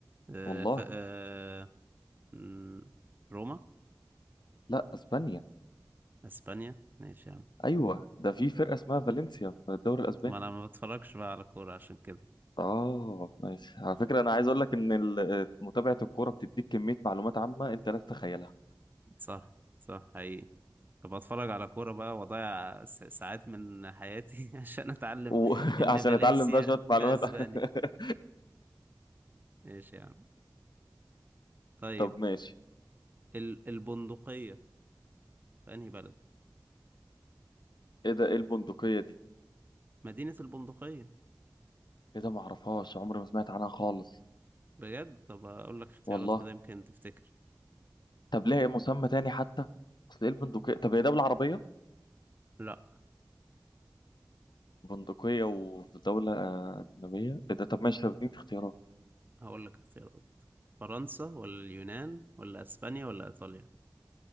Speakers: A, on the right; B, on the left.
A: آه
B: والله
A: ف... آه مم، روما
B: لا اسبانيا
A: أسبانيا ماشي يا عم
B: ايوه ده في فرقه اسمها فالنسيا في الدوري الاسباني
A: ما أنا ما بتفرجش بقى على كورة عشان كده
B: اه ماشي على فكره انا عايز اقول لك ان ال- متابعه الكوره بتديك كميه معلومات عامه انت لا تتخيلها
A: صح صح حقيقي طب أتفرج على كورة بقى وأضيع س- ساعات من حياتي <laughs> عشان أتعلم
B: وعشان
A: إن فالنسيا
B: <laughs> اتعلم بقى شويه معلومات
A: في أسبانيا
B: <laughs>
A: ماشي يا عم طيب
B: طب ماشي
A: ال... البندقية في أنهي بلد؟
B: ايه ده ايه البندقيه دي
A: مدينة البندقية
B: ايه ده ما اعرفهاش عمري ما سمعت عنها خالص
A: بجد طب أقول لك اختيارات
B: والله
A: كده يمكن تفتكر
B: طب ليه مسمى تاني حتى اصل ايه البندقيه طب هي ده بالعربيه
A: لا
B: بندقيه وفي دوله اجنبيه ايه ده طب ماشي طب اديني اختيارات
A: هقول لك اختيارات فرنسا ولا اليونان ولا اسبانيا ولا ايطاليا